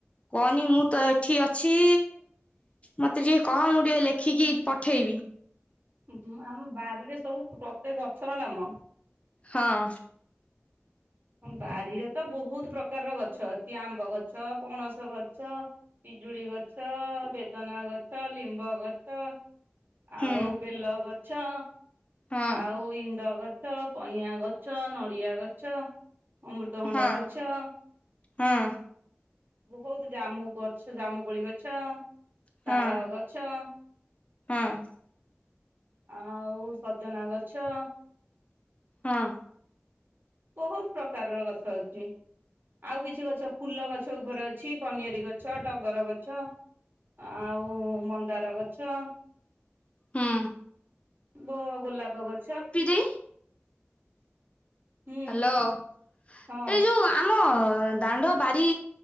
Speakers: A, on the left (about 30°); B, on the right (about 55°).
A: କଅନି ମୁଁ ତ ଏଠି ଅଛି ମତେ ଟିକେ କଅ ମୁଁ ଟିକେ ଲେଖିକି ପଠେଇବି।
B: ବୁ ଉ ଆମ ବାରିରେ ସବୁ ପ୍ରତ୍ୟେକ ଗଛର ନାମ।
A: ହଁ।
B: ବାରିରେ ତ ବୋହୁତ ପ୍ରକାରର ଗଛ ଅଛି ଆମ୍ବ ଗଛ ପଣସ ଗଛ ପିଜୁଳି ଗଛ ବେଦନା ଗଛ ଲିମ୍ବ ଗଛ
A: ହୁଁ
B: ଆଉ ବେଲ ଗଛ।
A: ହଁ
B: ଆଉ ଇନ୍ଦ ଗଛ କଇଁଆଁ ଗଛ ନଡିଆ ଗଛ। ଅମୃତ ଭଣ୍ଡା
A: ହଁ
B: ଗଛ।
A: ହଁ
B: ବୋହୁତ ଜାମୁ ଗଛ ଜାମୁ କୋଳି ଗଛ।
A: ହଁ
B: ତାଳଗଛଆଉ
A: ହଁ
B: ସଜନା ଗଛ
A: ହଁ।
B: ବୋହୁତୁ ପ୍ରକାରର ଗଛ ଅଛି। ଆଉ କିଛି ଗଛ ଫୁଲ ଗଛ ଉପରେ ଅଛି କନିଅରି ଗଛ ଟଗର ଗଛ। ଆଉ ମନ୍ଦାର ଗଛ।
A: ହୁଁ।
B: ବ ଗୋଲାପ ଗଛ।
A: ଦେଇ
B: ହୁଁ
A: ହାଲୋଏଯୋଉ
B: ହଁ
A: ଆମ ଦାଣ୍ଡ ବାରି